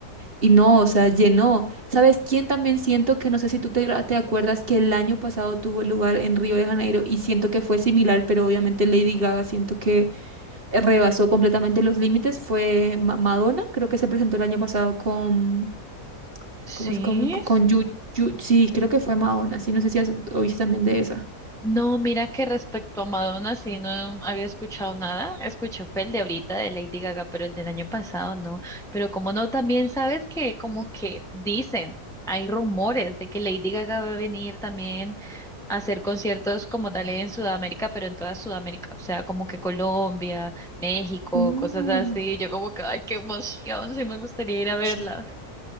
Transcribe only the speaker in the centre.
Sí.
No, mira que respecto a Madonna sí no había escuchado nada. Escuché fue el de ahorita de Lady Gaga, pero el del año pasado no. Pero como no, también sabes que como que dicen, hay rumores de que Lady Gaga va a venir también a hacer conciertos como tal en Sudamérica, pero en toda Sudamérica, o sea, como que Colombia, México,
cosas así. Yo como que, ay, qué emoción, sí me gustaría ir a verla.